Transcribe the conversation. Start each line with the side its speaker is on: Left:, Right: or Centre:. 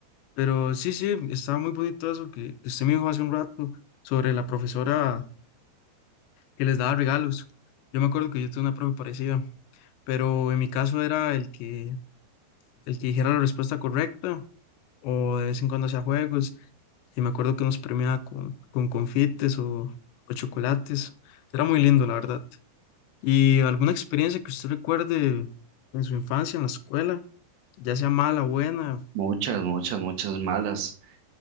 Left: Pero sí, sí, estaba muy bonito eso que usted me dijo hace un rato sobre la profesora que les daba regalos. Yo me acuerdo que yo tuve una profe parecida pero en mi caso era el que, el que dijera la respuesta correcta o de vez en cuando hacía juegos y me acuerdo que nos premiaba con, con confites o, o chocolates. Era muy lindo, la verdad. ¿Y alguna experiencia que usted recuerde en su infancia, en la escuela, ya sea mala o buena?
Right: Muchas, muchas, muchas malas.